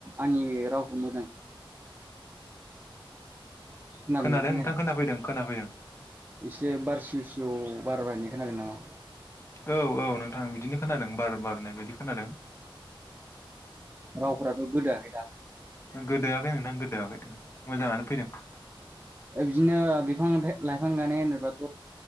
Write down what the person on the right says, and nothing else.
आंनि रावखौ मोजां खोनादोंना
खोनायाखै
एसे बार सिउ स्लिय बार बारायनाय खोनादों नामा
रावफोराथ' गोदोआखै दा
बिदिनो बिफां लाइफां गानाय होनोबाथ'